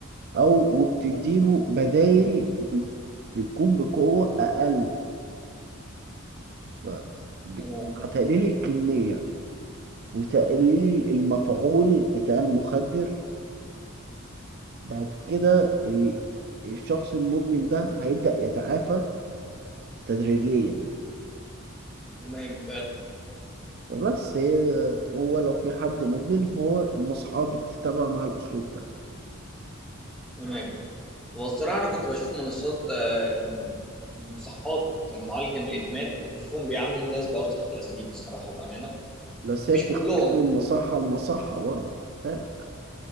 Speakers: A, on the right; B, in the centre.
A: أو وبتديله بدايل ب- بتكون بقوة أقل ف ب-
B: تمام
A: هتقليل الكمية وتقليل المفعول بتاع المخدر فبعد كده ال- الشخص المدمن ده هيبدأ يتعافى تدريجيا
B: تمام فعلا
A: بس هي هو لو في حد مدمن هو المصحة بتتبع مع الأسلوب ده
B: تمام والصراحة أنا كنت بشوف منصات آه، مصحات المعالجة من الإدمان كنت بشوفهم بيعاملوا الناس بأوسخ الأساليب الصراحة بأمانة
A: بس
B: مش
A: هي بتختلف
B: كلهم
A: من مصحة لمصحة برضه خد بالك.